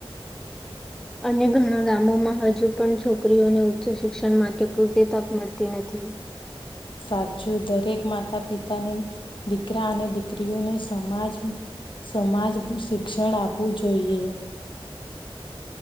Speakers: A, in the centre; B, on the left.
A: અને ઘણા ગામોમાં હજુ પણ છોકરીઓને ઉચ્ચ શિક્ષણ માટે પૂરતી તક મળતી નથી
B: સાચું દરેક માતા પિતાને દીકરા અને દીકરીઓને સમાજ સમાજ શિક્ષણ આપવું જોઈએ